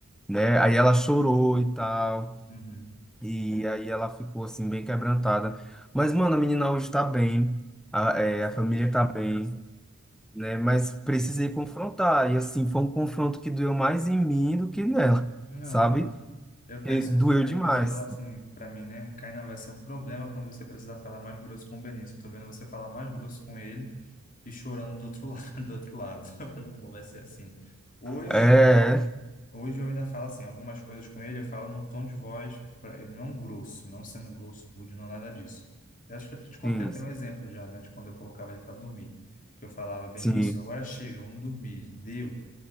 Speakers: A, in the centre; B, on the left (about 40°).
A: Né? Aí ela chorou e tal,
B: Uhum.
A: e aí ela ficou assim, bem quebrantada. Mas, mano, a menina hoje tá bem, a,
B: Ah,
A: é,
B: graças
A: a família
B: a Deus, cara.
A: tá bem, né?
B: Graças
A: Mas
B: a
A: precisei
B: Deus.
A: confrontar, e assim, foi um confronto que doeu mais em mim do que nela
B: Não,
A: sabe?
B: eu eu
A: E
B: penso,
A: doeu
B: a minha
A: demais.
B: esposa fala assim pra mim, né? Kainan, vai ser um problema quando você precisar falar mais grosso com o Benício. Eu tô vendo você falar mais grosso com ele e chorando do outro <laughs> lado, do outro lado. Eu falei, amor, vai ser assim. Hoje,
A: É,
B: hoje eu ainda falo assim, algumas coisas com ele, eu falo num tom de voz, pra ele, não grosso, não sendo grosso, rude, não nada disso. Eu acho que eu te contei
A: sim,
B: até um exemplo já, né, de quando eu colocava ele para dormir. Que eu falava, Benício,
A: sim.
B: agora chega, vamos dormir. Deu.